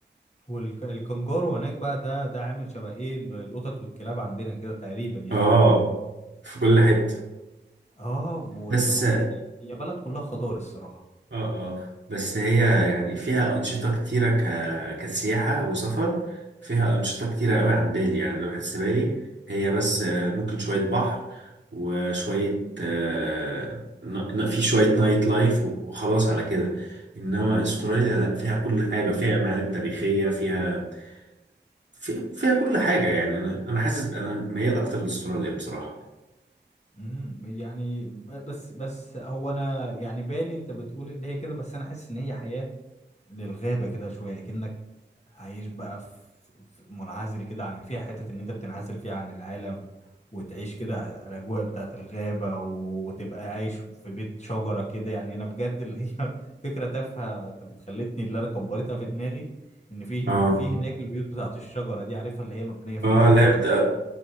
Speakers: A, on the left (about 35°); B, on the right (about 70°).
A: والكنجارو هناك بقى ده ده عامل شبه ايه ال- القطط والكلاب عندنا كده تقريبا يعني
B: اه في كل حتة
A: اه واللي
B: بس
A: هو ايه هي بلد كلها خضار الصراحة
B: اه اه بس هي يعني فيها أنشطة كتيرة ك... كسياحة وسفر فيها أنشطة كتيرة قوي عن بالي يعني أنا بحس بالي هي بس آه، ممكن شوية بحر وشوية آه، ن- ن- في شوية نايت لايف و- وخلاص على كده إنما أستراليا لأ فيها كل حاجة فيها معالم تاريخية فيها فيها, فيها كل حاجة يعني أنا أنا حاسس أنا ميال أكتر لأستراليا بصراحة
A: امم يعني ب- بس بس هو انا يعني بالي انت بتقول ان هي كده بس انا حاسس ان هي حياة للغابة كده شوية كأنك عايش بقى في في منعزل كده عن فيها حتة إن أنت بتنعزل فيها عن العالم وتعيش كده الأجواء بتاعة الغابة وتبقى عايش في بيت شجرة كده يعني أنا بجد اللي هي <laughs> فكرة تافهة كانت خلتني اللي أنا كبرتها في دماغي إن في
B: اه
A: في هناك البيوت بتاعة الشجرة دي عارفها اللي هي مبنية فوق
B: اه
A: شجرة
B: لعبت
A: وكده
B: آه،